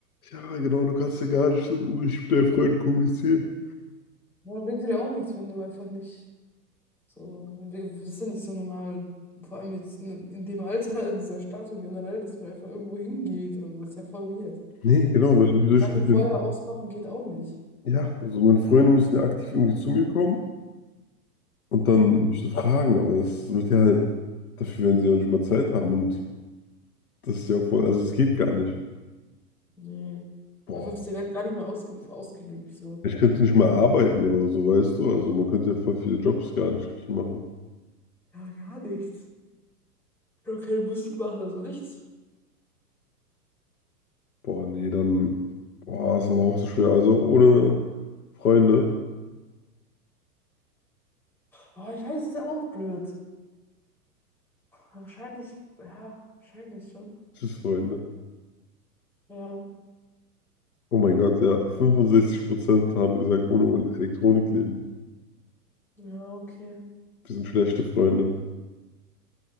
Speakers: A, on the left; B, in the centre.
A: ja, genau, du kannst ja gar nicht so richtig mit deinen Freunden kommunizieren.
B: Ja, bringt dir ja auch nichts, wenn du einfach nicht so, das ist ja nicht so normal, vor allem jetzt in, in dem Alter, in dieser Stadt und generell, dass man einfach irgendwo hingeht oder so, das ist ja voll weird.
A: Nee, genau,
B: So,
A: weil wie
B: so
A: soll
B: lange
A: ich mit
B: vorher
A: den,
B: ausmachen geht auch nicht.
A: ja, also meine Freunde müssen ja aktiv irgendwie zu mir kommen und dann mich so fragen, aber das wird ja halt, dafür werden sie ja nicht mal Zeit haben und das ist ja voll, also es geht gar nicht.
B: Nee,
A: Boah,
B: dafür ist die Welt gar nicht mehr ausge, ausgelegt, so.
A: ich könnte nicht mal arbeiten oder so, weißt du, also man könnte ja voll viele Jobs gar nicht richtig machen.
B: Ja, gar nichts. Ich kann keine Musik machen, also nichts.
A: Boah, nee, dann, boah, ist aber auch so schwer, also ohne Freunde,
B: Boah, ich weiß, es ist ja auch blöd. Wahrscheinlich, ja, wahrscheinlich schon.
A: tschüss Freunde.
B: Ja,
A: Oh mein Gott, ja. 65% haben gesagt, ohne Elektronik leben.
B: ja, okay.
A: Wir sind schlechte Freunde.